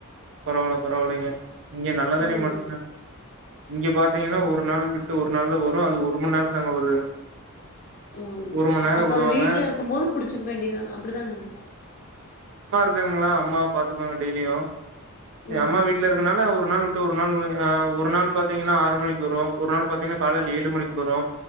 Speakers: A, on the right; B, on the left.
A: பரவால்ல பரவால்லைங்க இங்க நல்ல தண்ணி
B: இங்க இல்ல
A: <inaudible> இங்க பாத்தீங்கன்னா ஒரு நாள் விட்டு ஒ ரு நாள்தா வரு அது ஒரு மண் நேரந்தாங்க வருது
B: ம் ம்
A: ஒரு மண் நேரோ
B: அப்ப
A: விடுவாங்க
B: அது வீட்ல இருக்கும் போது புடிச்சுக்க வேண்டியதுதா அப்பிடிதானங்க
A: க்குங்களா அம்மா பாத்துக்குவாங்க டெய்லியு ஆ
B: ம்
A: அம்மா வீட்ல இருக்கனால ஒரு நாள் விட்டு ஒரு நாள் ஆ ஒரு நாள் பாத்தீங்கன்னா ஆறு மணிக்கு வரு ஒரு நாள் பாத்தீங்கன்னா காலைல ஏழு மணிக்கு வரு